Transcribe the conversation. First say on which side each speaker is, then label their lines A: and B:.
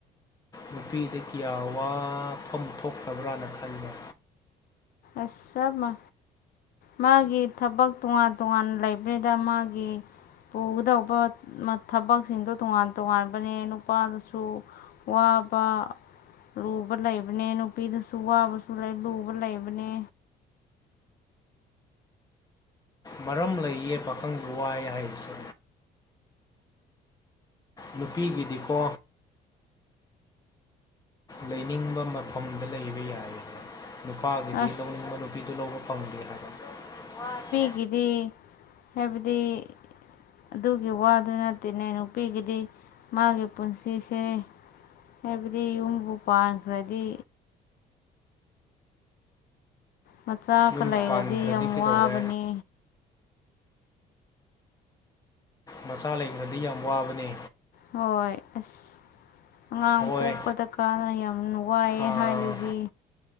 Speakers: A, on the left; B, on the left.
A: ꯅꯨꯄꯤꯗꯤ ꯀꯌꯥ ꯋꯥꯐꯝ ꯊꯣꯛꯇꯕ꯭ꯔꯥꯅ ꯈꯟꯕ
B: ꯑꯁ ꯆꯞꯃ ꯃꯥꯒꯤ ꯊꯕꯛ ꯇꯣꯉꯥꯟ ꯇꯣꯉꯥꯟꯅ ꯂꯩꯕꯅꯤꯗ ꯃꯥꯒꯤ ꯄꯨꯒꯗꯧꯕ ꯃ ꯊꯕꯛꯁꯤꯡꯗꯣ ꯇꯣꯉꯥꯟ ꯇꯣꯉꯥꯟꯕꯅꯦ ꯅꯨꯄꯥꯗꯨꯁꯨ ꯋꯥꯕ ꯂꯨꯕ ꯂꯩꯕꯅꯦ ꯅꯨꯄꯤꯗꯨꯁꯨ ꯋꯥꯕꯁꯨ ꯂꯩ ꯂꯨꯕ ꯂꯩꯕ ꯕꯅꯦ
A: ꯃꯔꯝ ꯂꯩꯌꯦ ꯄꯥꯈꯪꯁꯨ ꯋꯥꯏ ꯍꯥꯏꯕꯁꯦ ꯅꯨꯄꯤꯒꯤꯗꯤꯀꯣ ꯂꯩꯅꯤꯡꯕ ꯃꯐꯝꯗ ꯂꯩꯕ ꯌꯥꯏ ꯅꯨꯄꯥꯒꯤꯗꯤ
B: ꯑꯁ
A: ꯂꯧꯅꯤꯡꯕ ꯅꯨꯄꯤꯗꯨ ꯂꯧꯕ ꯐꯪꯗꯦ ꯍꯥꯏ ꯋꯥꯏꯌꯦ
B: ꯒꯤꯗꯤ ꯍꯥꯏꯕꯗꯤ ꯑꯗꯨꯒꯤ ꯋꯥꯗꯨ ꯅꯠꯇꯦꯅꯦ ꯅꯨꯄꯤꯒꯤꯗꯤ ꯃꯥꯒꯤ ꯄꯨꯟꯁꯤꯁꯦ ꯍꯥꯏꯕꯗꯤ ꯌꯨꯝꯕꯨ ꯄꯥꯟꯈ꯭ꯔꯗꯤ ꯃꯆꯥꯒ
A: ꯌꯨꯝꯕꯨ
B: ꯂꯩꯔꯗꯤ
A: ꯄꯥꯟꯈ꯭ꯔꯗꯤ
B: ꯌꯥꯝ
A: ꯀꯩꯗꯧꯔꯦ
B: ꯋꯥꯕꯅꯤ
A: ꯃꯆꯥ ꯂꯩꯈ꯭ꯔꯗꯤ ꯌꯥꯝ ꯋꯥꯕꯅꯦ
B: ꯍꯣꯏ ꯑꯁ ꯑꯉꯥꯡ
A: ꯍꯣꯏ
B: ꯄꯣꯛꯄꯗ ꯀꯥꯟꯅ ꯌꯥꯝꯅ ꯋꯥꯏꯌꯦ
A: ꯑꯥ,
B: ꯍꯥꯏꯗꯨꯗꯤ